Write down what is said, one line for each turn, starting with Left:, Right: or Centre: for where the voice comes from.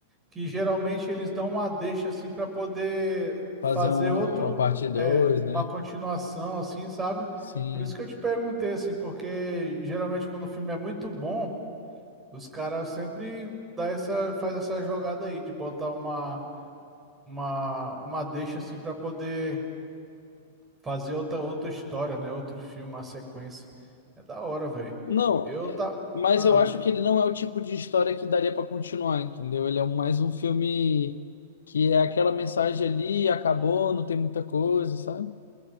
Right: que geralmente eles dão uma deixa assim para poder
Left: Fazer
Right: fazer
Left: um-
Right: outro,
Left: uma parte 2,
Right: é,
Left: né?
Right: uma continuação assim, sabe?
Left: Sim.
Right: Por isso que eu te perguntei assim, porque geralmente quando o filme é muito bom, os caras sempre dá essa, faz essa jogada aí de botar uma uma uma deixa assim para poder fazer outra outra história, né? Outro filme, uma sequência. É da hora, velho.
Left: Não,
Right: Eu
Left: é-
Right: tá
Left: mas
Right: Ah,
Left: eu acho que ele não é o tipo de história que daria pra continuar, entendeu? Ele é um, mais um filme que é aquela mensagem ali, acabou, não tem muita coisa, sabe?